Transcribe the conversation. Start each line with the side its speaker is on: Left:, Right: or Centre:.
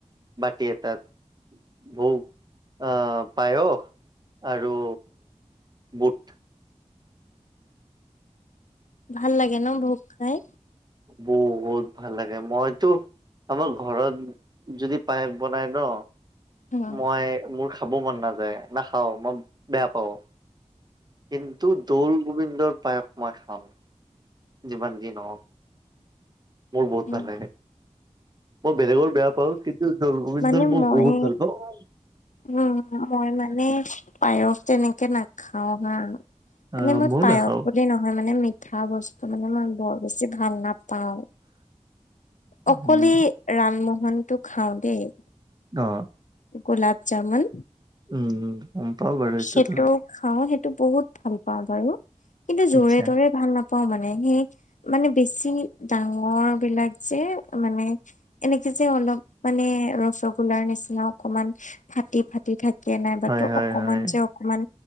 Right: বাটি এতাত ভূক, অ পায়খ, আৰু বুট,
Left: ভাল লাগে ন ভোক খাই।
Right: বহুত ভাল লাগে। মইতো আমাৰ ঘৰত যদি পায়খ বনাই ন,
Left: উম,
Right: মই মোৰ খাব মন নাযায়, নাখাওঁ মই বেয়া পাওঁ। কিন্তু দৌল গোবিন্দৰ, পায়কমাৰ খান জমানন যি ন? মোৰ বহুত
Left: উম।
Right: ভাল লাগে মই বেলেগৰ বেয়া পাওঁ কিন্তু গোবিন্দৰ
Left: মানে
Right: মোৰ
Left: মই
Right: বহুত ভাল পাওঁ
Left: উম মই মানে পায়স তেনেকে নাখাও হা মানে
Right: আহ
Left: মই
Right: ময়ো
Left: পায়স
Right: নাখাও
Left: বুলি নহয় মানে ম খ বস্তু মানে মান ব বছি ভাল ন পাও অকলেই
Right: উম
Left: ৰানমোহনটো খাওঁ দেই
Right: অ
Left: গুলব জামুন
Right: উম হম্পাৱও বাৰট
Left: সেইটো
Right: তো।
Left: খাওঁ, সেইটো বহুত ভাল পাওঁ বাৰু কিন্তু জোৰে
Right: আচ্ছা
Left: তোৰে ভাল নাপাওঁ। পা মানে সেই মানে বেছি ডাঙৰ বিলাক যে মানে এনেকে যে অলপ মানে ৰসগোল্লাৰ নিচিনা অকমান ফাটি ফাটি থাকে নাই।
Right: হয় হয়
Left: অকমান
Right: হয়
Left: যে অকমান